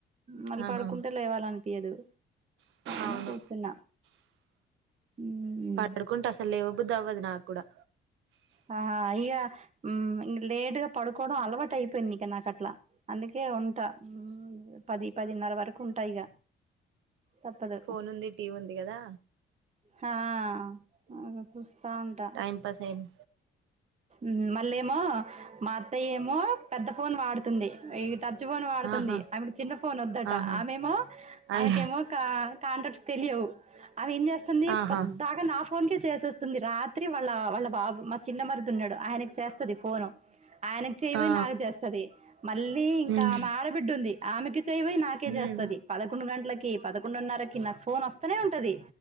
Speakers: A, on the right; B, on the right.
A: మళ్ళీ
B: ఆహా
A: పడుకుంటే లేవాలి అనిపియదు అని
B: అవును
A: కూర్చున్నా మ్మ్
B: పడుకుంటే అసలు లేవ బుద్దు అవ్వదు నాకు కూడా
A: హహా ఇగా మ్ ఇంగ లేటుగా పడుకోడం అలవాటైపోందిగ నాకట్ల అందుకే ఉంటా మ్ పది పదిన్నర వరకు ఉంటా ఇగ తప్పదు
B: ఫోనుంది టీవుంది గదా
A: హా అట్ల చూస్తా ఉంటా
B: టైంపాస్ ఐన్
A: ఉహు మళ్ళేమో మా త్తయ్యేమో పెద్ద ఫోన్ వాడుతుంది ఇగ ట చువోను వాడుతుంది
B: ఆహా
A: ఆయమ్మకు చిన్న ఫోనొద్దట
B: ఆహా
A: ఆమెేమో
B: అయ
A: ఆమెకేమో కా కాంటాక్ట్స్ తెలీయవు అవి ఏం జేస్తుంది
B: ఆహా
A: పొద్దాగ నాఫ్ ఫోన్కే చేసేస్తుంది రాత్రి వాళ్ళ వాళ్ళ బాబు మా చిన్న మరిది ఉన్నాడు ఆయనక్ చేస్తది ఫోను ఆయనక్ చేయ్ బోయ్
B: ఆ
A: నాక్ జేస్తది మళ్ళీ ఇం
B: ఉమ్
A: ఆడబిడ్డుంది ఆమెకి చేయ్ బోయ్ నాకే జేస్తది
B: ఉమ్
A: పదకొండు గంట్లకి పదకొండున్నరకి నాకి ఫోనొస్తనే ఉంటది